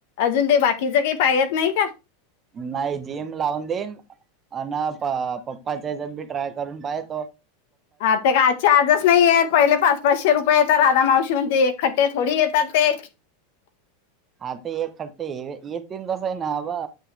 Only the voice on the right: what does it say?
नाही जिम लावून देईन अन प पप पाच्यात मी ट्राय करून पायतो.
आता एक खट्ट ये ये तीन तस हाय ना आबा